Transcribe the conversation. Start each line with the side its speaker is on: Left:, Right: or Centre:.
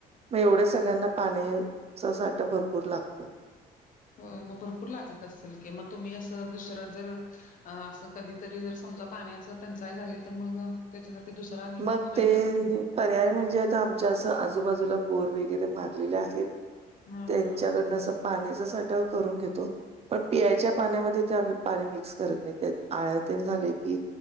Right: मग एवढ्या सगळ्यांना पाण्याचा साठा भरपूर लागतो.
Left: हो मग भरपूर लागत असेल की मग तुम्ही असं दुसर जर अ असं कधीतरी जर समजा पाण्याच टंचाई झाली तर मग त्याच्यासाठी दुसरा निेमक
Right: मग
Left: सोय
Right: ते
Left: काय?
Right: पर्याय म्हणजे आता आमच्या असं आजूबाजूला बोर वगैरे मारलेले आहेत.
Left: हा
Right: त्यांच्याकडनं
Left: हा
Right: असं पाण्याचा साठाव करून घेतो. पण पियायच्या पाण्यामध्ये ते आम्ही पाणी मिक्स करत नाही त्या आळ्याते झाले की